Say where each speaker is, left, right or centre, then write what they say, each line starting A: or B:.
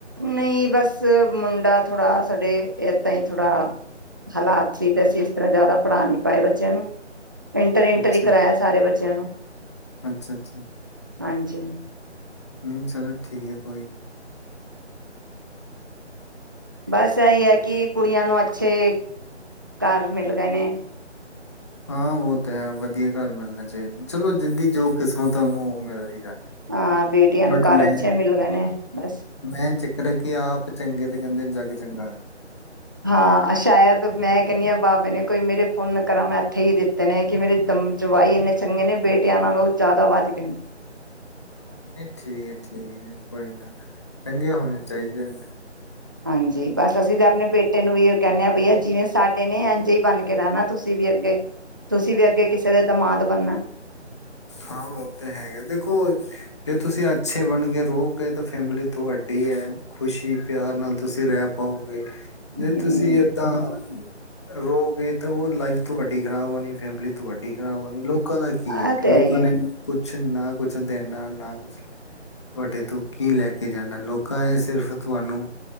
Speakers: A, on the right; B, on the left.
A: ਨਹੀਂ ਬਸ ਮੁੰਡਾ ਥੋੜ੍ਹਾ ਸਾਡੇ ਏਦਾਂ ਹੀ ਥੋੜ੍ਹਾ ਹਾਲਾਤ ਸੀ, ਤੇ ਅਸੀਂ ਇਸ ਤਰ੍ਹਾਂ ਜ਼ਿਆਦਾ ਪੜ੍ਹਾ ਨਹੀਂ ਪਾਏ ਬੱਚਿਆਂ ਨੂੰ ਇੰਟਰ, ਇੰਟਰ
B: ਅੱਛਾ
A: ਹੀ ਕਰਵਾਇਆ ਸਾਰੇ ਬੱਚਿਆਂ ਨੂੰ
B: ਅੱਛਾ, ਅੱਛਾ
A: ਹਾਂਜੀ।
B: ਨਹੀਂ ਚਲੋ ਠੀਕ ਹੈ। ਕੋਈ ਗੱਲ
A: ਬਸ ਇਹੀ ਹੈ, ਕਿ ਕੁੜੀਆਂ ਨੂੰ ਅੱਛੇ ਘਰ ਮਿਲ ਗਏ ਨੇ
B: ਹਾਂ, ਉਹ ਤਾਂ ਹੈ ਵਧੀਆ ਘਰ ਮਿਲਣਾ ਚਾਹੀਦਾ ਚਲੋ ਜਿੱਦੀ ਜੋ ਕਿਸਮਤ ਹੈ ਉਹਨੂੰ ਉਹ ਮਿਲਦੀ ਜਾਣੀ।
A: ਹਾਂ ਬੇਟੀਆਂ ਨੂੰ
B: ਬਟ
A: ਘਰ
B: ਮੈਂ
A: ਅੱਛੇ ਮਿਲ ਗਏ ਨੇ ਬਸ
B: ਮੈਂ ਚਿਕਰ ਕਿ ਆਪ ਚੰਗੇ ਤੇ ਕਹਿੰਦੇ ਜੱਗ ਚੰਗਾ।
A: ਹਾਂ ਸ਼ਾਇਦ ਮੈਂ ਕਹਿੰਦੀ ਹਾਂ ਬਾਬੇ ਨੇ ਕੋਈ ਮੇਰੇ ਪੁੰਨ ਕਰਮ ਇੱਥੇ ਹੀ ਦਿੱਤੇ ਨੇ, ਕਿ ਮੇਰੇ ਦਮ ਜਵਾਈ ਇੰਨੇ ਚੰਗੇ ਨੇ ਬੇਟਿਆਂ ਨਾਲੋਂ ਜ਼ਿਆਦਾ ਵੱਧ ਗਏ ਨੇ
B: ਹਾਂ ਨਹੀਂ ਠੀਕ ਹੈ ਠੀਕ ਹੈ ਕੋਈ ਨਾ ਚੰਗੇ ਹੋਣੇ ਚਾਹੀਦੇ ਨੇ।
A: ਹਾਂਜੀ ਬਸ ਅਸੀਂ ਤਾਂ ਆਪਣੇ ਬੇਟੇ ਨੂੰ ਵੀ ਐਹੀਓ ਕਹਿੰਦੇ ਹਾਂ ਬਈਆ ਜਿਵੇਂ ਸਾਡੇ ਨੇ ਐਜ ਹੀ ਬਣ ਕੇ ਰਹਿਣਾ ਤੁਸੀਂ ਵੀ ਅੱਗੇ ਤੁਸੀਂ ਵੀ ਅੱਗੇ ਕਿਸੇ ਦੇ ਦਮਾਦ ਬਣਨਾ।
B: ਹਾਂ ਉਹ ਤਾਂ ਹੈਗਾ ਦੇਖੋ ਜੇ ਤੁਸੀਂ ਅੱਛੇ ਬਣ ਕੇ ਰਹੋਗੇ ਤਾਂ ਫੈਮਿਲੀ ਤੁਹਾਡੀ ਹੈ ਖੁਸ਼ੀ ਪਿਆਰ ਨਾਲ ਤੁਸੀਂ ਰਹਿ ਪਾਓਗੇ।
A: ਹੂੰ।
B: ਜੇ ਤੁਸੀਂ ਏਦਾਂ ਰੋ ਗਏ ਤਾਂ ਉਹ ਲਾਈਫ ਤੁਹਾਡੀ ਖ਼ਰਾਬ ਹੋਣੀ ਫੈਮਲੀ ਤੁਹਾਡੀ ਖ਼ਰਾਬ ਹੋਣੀ ਲੋਕਾਂ ਦਾ ਕੀ
A: ਆ
B: ਹੈ।
A: ਤੇ
B: ਲੋਕਾਂ
A: ਹੀ
B: ਨੇ
A: ਹੈ
B: ਕੁਛ ਕੁਛ ਨਾ ਕੁਛ ਦੇਣਾ ਨਾ ਕੁਛ ਤੁਹਾਡੇ ਤੋਂ ਕੀ ਲੈ ਕੇ ਜਾਣਾ ਲੋਕਾਂ ਇਹ ਸਿਰਫ਼ ਤੁਹਾਨੂੰ